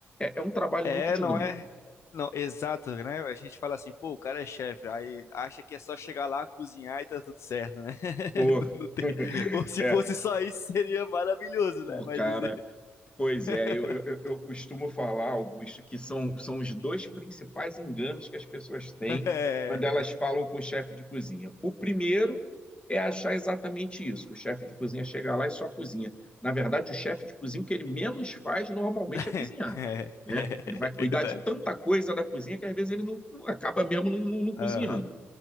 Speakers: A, on the left; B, on the left.
A: é é um trabalho
B: É,
A: muito dinâmico.
B: não é. Não, exato, né? A gente fala assim, pô, o cara é chefe, aí acha que é só chegar lá, cozinhar e tá tudo certo, né? <laughs>
A: Pô,
B: Não, não tem...
A: <laughs>
B: Ou se
A: é,
B: fosse só isso, seria maravilhoso,
A: pô,
B: né? Mas
A: cara,
B: dizer.
A: Pois
B: <laughs>
A: é, eu, eu, eu eu costumo falar, Augusto, que são, são os dois principais enganos que as pessoas têm
B: É,
A: quando elas falam com o chefe de cozinha. O primeiro é achar exatamente isso, que o chefe de cozinha chega lá e só cozinha. Na verdade, o chefe de cozinha, o que ele menos faz normalmente é cozinhar,
B: é, é
A: né? Ele vai cuidar
B: é verdade.
A: de tanta coisa da cozinha que às vezes ele não, não- acaba mesmo não, não- não
B: Aham,
A: cozinhando.